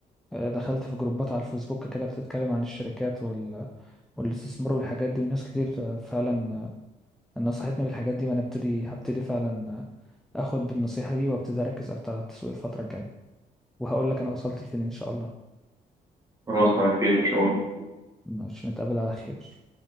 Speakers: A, in the centre; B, on the right.
A: آه دخلت في جروبات على الفيسبوك كده بتتكلم عن الشركات وال والاستثمار والحاجات دي وناس كتير آه فعلا آه نصحتني بالحاجات دي وانا ابتدي هبتدي فعلا آه اخد بالنصيحة دي وابتدي اركز اكتر على التسويق الفترة الجاية وهقول لك انا وصلت لفين ان شاء الله
B: خلاص على خير ان شاء الله
A: ماشي نتقابل على خير